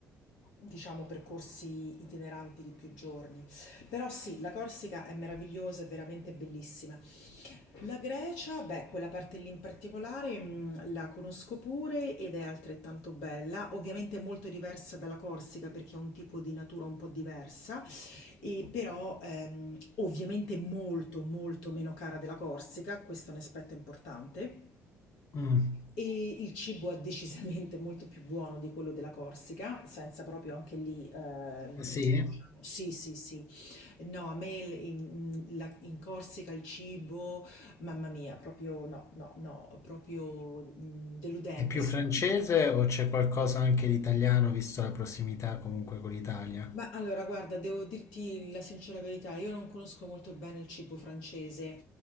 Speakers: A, on the left; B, on the left.
A: diciamo percorsi itineranti di più giorni. Però sì, la Corsica è meravigliosa, è veramente bellissima. La Grecia, beh, quella parte lì in particolare mh, la conosco pure ed è altrettanto bella, ovviamente molto diversa dalla Corsica perché ha un tipo di natura un po' diversa, e però ehm, ovviamente molto molto meno cara della Corsica, questo è un aspetto importante.
B: Mm.
A: E il cibo è decisamente molto più buono di quello della Corsica, senza proprio anche lì, ehm,
B: Ah, Sì?
A: diciamo, sì, sì, sì. No, a me il- in, la- in Corsica il cibo, mamma mia, proprio no, no, no, proprio mm, deludente.
B: È più
A: Strano.
B: francese o c'è qualcosa anche di italiano, visto la prossimità comunque con l'Italia?
A: Ma allora, guarda, devo dirti la sincera verità, io non conosco molto bene il cibo francese,